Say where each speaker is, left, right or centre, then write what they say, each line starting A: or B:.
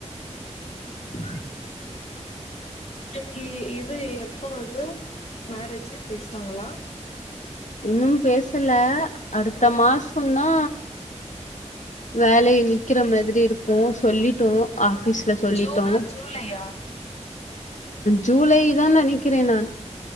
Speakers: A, on the left; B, on the left.
A: உ உங்கக்கு இது எப்பது மேரேஜு பேசனாங்களா
B: இன்னும் பேசல அடுத்த மாசம்னா வேலை நிக்கிற மாதிரி இருக்கு சொல்லிட்டோ ஆபீஸ்ல சொல்லிட்டோ
A: ஜூனா ஜூலையா
B: ஜூலை தான் நினைக்கிறேன் நான்